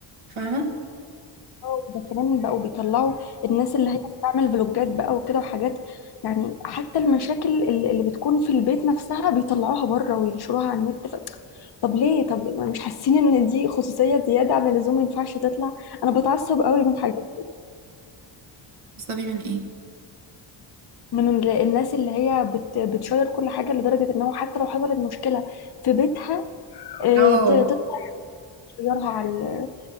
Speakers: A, on the right (about 85°); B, on the left (about 55°).
A: فاهمة
B: اه ده كمان بقوا بيطلعوا الناس اللي هي بتعمل فلوجات بقى وكده وحاجات يعني حتى المشاكل ال- اللي بتكون في البيت نفسها بيطلعوها بره وينشروها على النت ف... طب ليه طب ليه؟ ما مش حاسين ان دي خصوصية زيادة عن اللزوم ما ينفعش تطلع انا بتعصب قوي من حاجات
A: بتستفي من ايه
B: من ال- الناس اللي هي بت... بتشير كل حاجة لدرجة ان هو حتى لو حصلت مشكلة في بيتها آه،
A: اه
B: ت- تطلع تشيرها على